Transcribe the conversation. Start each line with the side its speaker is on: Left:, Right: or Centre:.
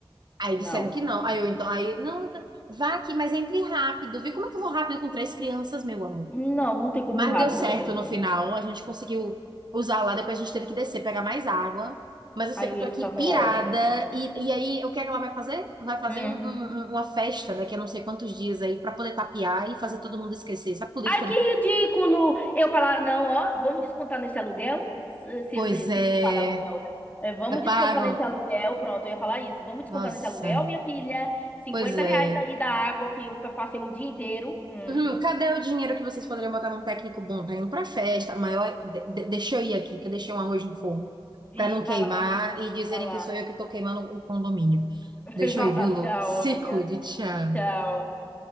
Right: Aí
Left: Não.
Right: disseram que não. Aí eu então, aí, não, tá- vá aqui, mas entre rápido, viu? Como é que eu vou rápido com três crianças, meu amor?
Left: Não, não tem como
Right: Mas
Left: ir rápido
Right: deu certo
Left: contra esse.
Right: no final, a gente conseguiu usar lá, depois a gente teve que descer, pegar mais água. Mas eu sei
Left: Aí
Right: que
Left: eu
Right: eu
Left: ia
Right: tô aqui
Left: ficar com
Right: pirada,
Left: ódio.
Right: e, e aí o que é que ela vai fazer? Vai fazer
Left: Hum.
Right: um- um- um- uma festa daqui a não sei quantos dias aí, pra poder tapear e fazer todo mundo esquecer. Essa política
Left: Ai, que
Right: do.
Left: ridículo! Eu falar, não, ó, vamos descontar nesse aluguel, se, se,
Right: Pois
Left: se, se
Right: é,
Left: tu paga aluguel, né? É, vamos
Right: é
Left: descontar
Right: pago.
Left: nesse aluguel, pronto, eu ia falar isso. Vamos descontar
Right: Nossa,
Left: nesse aluguel, minha filha. cinquenta
Right: pois é.
Left: reais aí da água que eu fa- passei um dia inteiro. Hum.
Right: Hum, cadê o dinheiro que vocês poderiam botar num técnico bom? Tá indo pra festa, maior. de- de- deixa eu ir aqui, que eu deixei um arroz no fogo,
Left: Vixe,
Right: pra não queimar
Left: vai lá,
Right: e dizerem
Left: vai lá.
Right: que sou eu que tô queimando o condomínio.
Left: <laughs>
Right: Deixa
Left: Vai lá,
Right: eu ir, viu,
Left: tchau,
Right: Lu? Se
Left: amiga.
Right: cuide, tchau.
Left: Tchau.